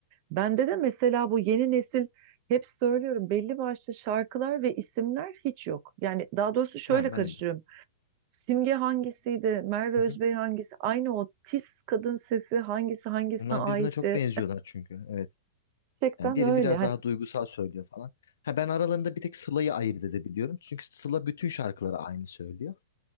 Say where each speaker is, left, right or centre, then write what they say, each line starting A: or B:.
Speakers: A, on the right (about 30°); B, on the left (about 70°).
A: Bende de mesela bu yeni nesil hep söylüyorum belli başlı şarkılar ve isimler hiç yok. Yani daha doğrusu şöyle
B: Ben,
A: karıştırıyorum.
B: ben de.
A: Simge hangisiydi, Merve
B: Hı
A: Özbey
B: hı.
A: hangisi, aynı o tiz kadın sesi hangisi hangisine
B: Onlar
A: aitti.
B: birbirine çok benziyorlar çünkü. Evet.
A: Gerçekten
B: Yani biri
A: öyle.
B: biraz
A: Hani,
B: daha duygusal söylüyor falan. Ha ben aralarında bir tek Sıla'yı ayırt edebiliyorum. Çünkü Sıla bütün şarkıları aynı söylüyor.